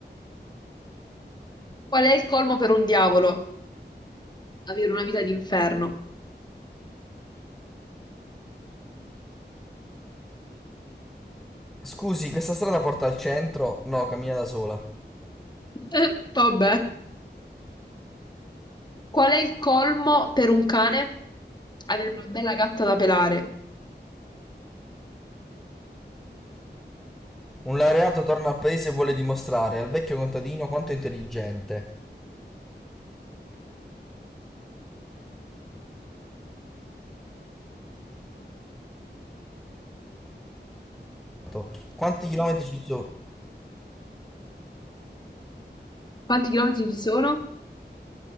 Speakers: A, on the left (about 25°); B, in the centre.
A: Qual è il colmo per un diavolo? Avere una vita d'inferno.
B: Scusi, questa strada porta al centro? No, cammina da sola.
A: <laughs> Vabbè. Qual è il colmo per un cane? Avere una bella gatta da pelare.
B: Un laureato torna al paese e vuole dimostrare al vecchio contadino quanto è intelligente. Esatto. Quanti chilometri ci sono?
A: Quanti chilometri ci sono?